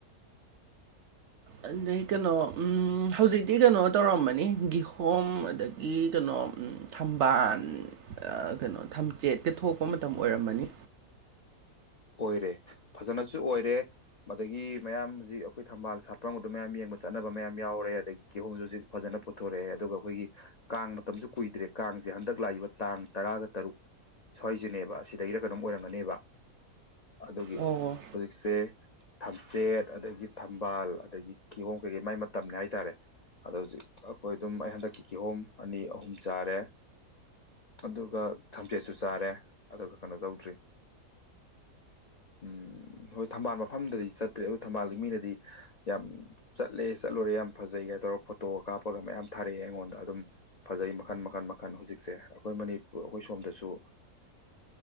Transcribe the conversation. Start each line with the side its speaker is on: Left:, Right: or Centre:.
Right: ꯑꯗꯩ ꯀꯩꯅꯣ ꯎꯝ ꯍꯧꯖꯤꯛꯇꯤ ꯀꯩꯅꯣ ꯇꯧꯔꯝꯃꯅꯤ ꯒꯤꯍꯣꯝ ꯑꯗꯒꯤ ꯀꯩꯅꯣ ꯊꯝꯕꯥꯜ ꯀꯩꯅꯣ ꯊꯝꯆꯦꯠꯀ ꯊꯣꯛꯄ ꯃꯇꯝ ꯑꯣꯏꯔꯝꯃꯅꯤ
Left: ꯑꯣꯏꯔꯦ ꯐꯖꯅꯁꯨ ꯑꯣꯏꯔꯦ ꯑꯗꯒꯤ ꯃꯌꯥꯝ ꯍꯧꯖꯤꯛ ꯑꯩꯈꯣꯏ ꯊꯝꯕꯥꯜ ꯁꯥꯠꯄ ꯑꯗꯨꯝ ꯃꯌꯥꯝ ꯌꯦꯡꯕ ꯆꯠꯅꯕ ꯃꯌꯥꯝ ꯌꯥꯎꯔꯦ ꯑꯗꯒꯤ ꯀꯤꯍꯣꯝꯁꯨ ꯍꯧꯖꯤꯛ ꯐꯖꯅ ꯄꯨꯊꯣꯔꯛꯑꯦ ꯑꯗꯨꯒ ꯑꯩꯈꯣꯏꯒꯤ ꯀꯥꯡ ꯃꯇꯝꯁꯨ ꯀꯨꯏꯗ꯭ꯔꯦ ꯀꯥꯡꯁꯦ ꯍꯟꯗꯛ ꯂꯥꯛꯏꯕ ꯇꯥꯡ ꯇꯔꯥꯒ ꯇꯔꯨꯛ ꯁ꯭ꯋꯥꯏꯁꯤꯅꯦꯕ ꯑꯁꯤꯗꯒꯤꯔ ꯀꯩꯅꯣꯝ ꯑꯣꯏꯔꯝꯒꯅꯦꯕ ꯑꯗꯨꯒꯤ
Right: ꯑꯣ
Left: ꯍꯧꯖꯤꯛꯁꯦ ꯊꯝꯆꯦꯠ ꯑꯗꯒꯤ ꯊꯝꯕꯥꯜ ꯑꯗꯒꯤ ꯀꯤꯍꯣꯝ ꯀꯩꯀꯩ ꯃꯥꯏ ꯃꯇꯝꯅꯦ ꯍꯥꯏꯇꯥꯔꯦ ꯑꯗꯣ ꯍꯧꯖꯤꯛ ꯑꯩꯈꯣꯏ ꯑꯗꯨꯝ ꯑꯩ ꯍꯟꯗꯛꯀꯤ ꯀꯤꯍꯣꯝ ꯑꯅꯤ ꯑꯍꯨꯝ ꯆꯥꯔꯦ ꯑꯗꯨꯒ ꯊꯝꯆꯦꯠꯁꯨ ꯆꯥꯔꯦ ꯑꯗꯨꯒ ꯀꯩꯅꯣ ꯇꯧꯗ꯭ꯔꯤ ꯎꯝ ꯍꯣꯏ ꯊꯝꯕꯥꯜ ꯃꯐꯝꯗꯗꯤ ꯆꯠꯇ꯭ꯔꯦ ꯑꯗꯣ ꯊꯝꯕꯥꯜꯗꯤ ꯃꯤꯅꯗꯤ ꯌꯥꯝ ꯆꯠꯂꯦ ꯆꯠꯂꯨꯔꯦ ꯌꯥꯝ ꯐꯖꯩꯒ ꯇꯧꯔꯒ ꯐꯣꯇꯣꯒ ꯀꯥꯞꯄꯒ ꯃꯌꯥꯝ ꯊꯥꯔꯛꯑꯦ ꯑꯩꯉꯣꯟꯗ ꯑꯗꯨꯝ ꯐꯖꯩ ꯃꯈꯜ ꯃꯈꯜ ꯃꯈꯜ ꯍꯧꯖꯤꯛꯁꯦ ꯑꯩꯈꯣꯏ ꯃꯅꯤꯄꯨꯔ ꯑꯩꯈꯣꯏ ꯁꯣꯝꯗꯁꯨ